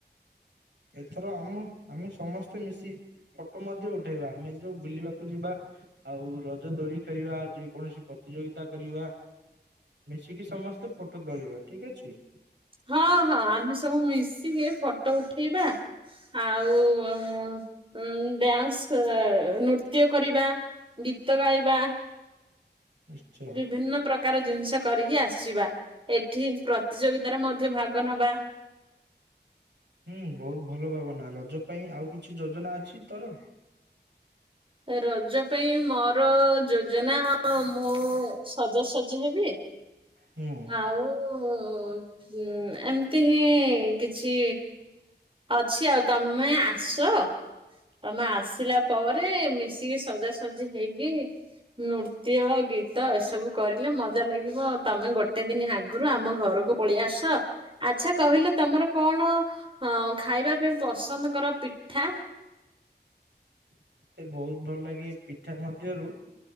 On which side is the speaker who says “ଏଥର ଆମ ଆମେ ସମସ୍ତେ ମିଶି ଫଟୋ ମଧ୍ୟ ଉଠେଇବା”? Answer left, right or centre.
Right